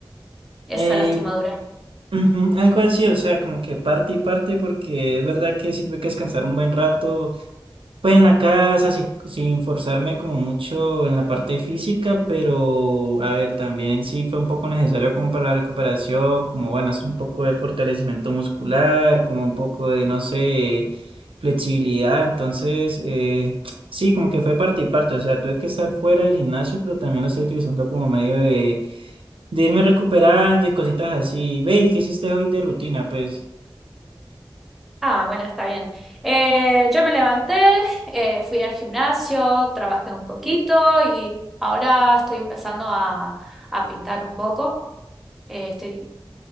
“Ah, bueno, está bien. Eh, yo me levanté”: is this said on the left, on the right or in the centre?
Centre